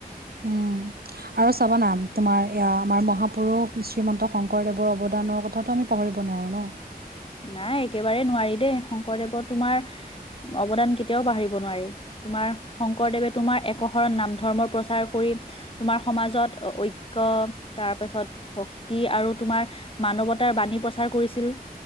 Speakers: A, on the right; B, on the left.
A: উম আৰু চাবা না তোমাৰ এয়া আমাৰ মহাপুৰুষ শ্ৰীমন্ত শংকৰদেৱৰ অৱদানৰ কথাটো আমি - পাহৰিব নোৱাৰোঁ ন।
B: নাই একেবাৰে নোৱাৰি দেই, শংকৰদেৱৰ তোমাৰ অৱদান কেতিয়াও পাহৰিব নোৱাৰি। তোমাৰ শংকৰদেৱে তোমাৰ একশৰণ নাম ধৰ্ম প্ৰচাৰ কৰি- তোমাৰ সমাজত ঐক্য তাৰপাছত ভক্তি আৰু তোমাৰ- মানৱতাৰ বাণী প্ৰচাৰ কৰিছিল।